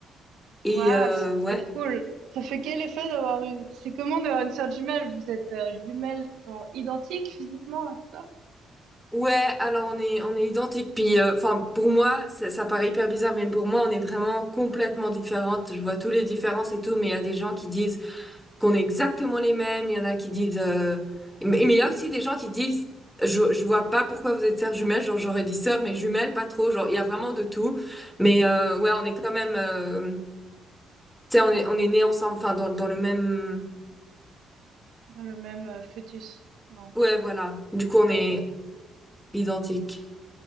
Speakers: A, in the centre; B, on the right.
A: Et
B: Waouh,
A: euh,
B: c'est
A: ouais,
B: trop cool. Ça fait quel effet d'avoir une... C'est comment d'avoir une sœur jumelle? Vous êtes euh, jumelles genre identiques physiquement et tout ça?
A: ouais. Alors on est on est identiques. Puis euh, enfin pour moi, ça, ça paraît hyper bizarre, mais pour moi, on est vraiment complètement différentes. Je vois toutes les différences et tout. Mais il y a des gens qui disent qu'on est exactement les mêmes. Il y en a qui disent. euh, Mais mais il y a aussi des gens qui disent je, je vois pas pourquoi vous êtes sœurs jumelles. Genre, j'aurais dit sœurs, mais jumelles, pas trop. Genre, il y a vraiment de tout. Mais euh, ouais, on est quand même. euh, Tu sais, on est, on est nés ensemble, enfin, dans, dans le même.
B: Dans le même euh, fœtus. Non,
A: Ouais,
B: comment
A: voilà.
B: on dit?
A: Du coup,
B: Le même.
A: on est identiques.